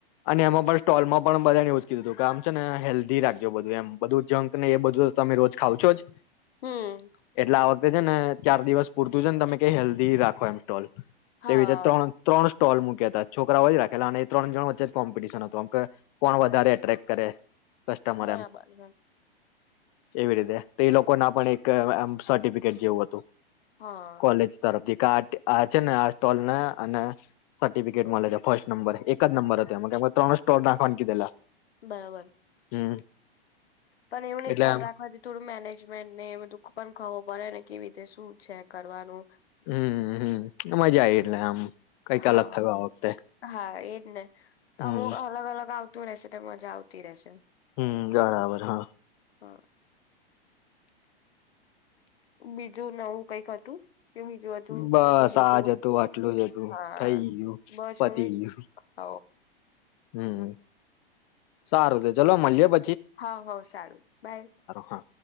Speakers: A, on the left (about 45°); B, on the left (about 80°).
A: અને એમાં પણ સ્ટોલમાં પણ બધાને એવું જ કીધું તું કે આમ છે ને હેલ્ધી રાખજો, બધું એમ બધું જંક ને એ બધું તમે રોજ ખાવ છોજ.
B: હમ
A: એટલે આ વાક્તે છે ને ચાર દિવસ પૂરતું છે ને તમે ક હેલ્ધી રાખો એમ સ્ટોલ.
B: હા
A: તેવી રીતે ત્રોણ, ત્રોણ સ્ટોલ મૂક્યા તા, છોકરાઓ એ જ રાખેલા અને એ ત્રણ જણ વચ્ચે જ કોમ્પિટશન હતુ, આમ કે કોણ વધારે એટ્રેક કરે. કસ્ટમર
B: બરાબર
A: એમ
B: હે.
A: એવી રીતે તો એ લોકોના પણ એક આમ સર્ટિફિકેટ જેવું હતું.
B: હા
A: કોલેજ તરફથી કાટ આ છે ને આ સ્ટોલના અને સર્ટિફિકેટ મળે છે ફર્સ્ટ નંબર એક જ નંબર તો એમાં ત્રણ જ સ્ટોલ નાખવાન કીધેલા.
B: બરાબર,
A: હમ
B: પણ એવું નઈ
A: એટલે
B: સ્ટોલ
A: આમ
B: રાખવાથી થોડું મેનેજમેન્ટ ને એ બધુ પણ ખબ પડે ને કેવી રીતે શું છે કરવાનું
A: હમ્મ હમ્મ મજા આઈ એટલે આમ. કઈક
B: હા
A: અલગ થયું આ વખતે
B: હા એજ ને
A: હમ
B: અમુક અલગ-અલગ આવ તું રહેશે તો મજા આવતી રહેશે.
A: હમ્મ, બરાબર હા.
B: હા. બીજું નવું કંઈક હતું? કે બીજું હતું
A: બસ
B: એ નતું
A: આજ હતું આટલું જ હતું
B: હા
A: થઈ ગયું
B: બસ
A: પતી
B: હું
A: ગયું.
B: હ
A: હમ્મ, સારું તો ચલો મલીએ પ
B: હવ હવ સારું બાય.
A: હા